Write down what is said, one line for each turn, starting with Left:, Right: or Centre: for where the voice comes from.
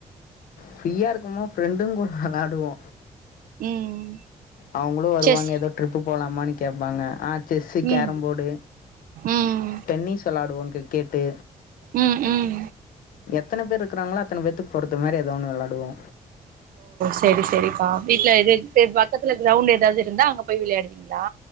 Left: ஃப்ரீயா இருக்குமோ ஃப்ரெண்டுங் கூட வெளாடுவோ
Right: ம்
Left: அவ்ங்களு வருவாங்க
Right: செஸ்
Left: ஏதோ ட்ரிப்புப் போலாமான்னு கேப்பாங்க ஆ செஸ்ஸு கேரம்
Right: ம்
Left: போடு
Right: ம்
Left: டென்னிஸ் வெளாடுவோ கிரிக் கெட்டு
Right: ம் ம்
Left: எத்தன பேர்ருக்குறாங்களோ அத்தன பேத்துக்கு பொறுத்த மாரி எதோ ஒன்னு வெளாடுவோ.
Right: சேரி சேரிப்பா வீட்ல எது சேர் பக்கத்துல கிரௌண்டு ஏதாவ்து இருந்தா அங்க போய் விளையாடுவீங்களா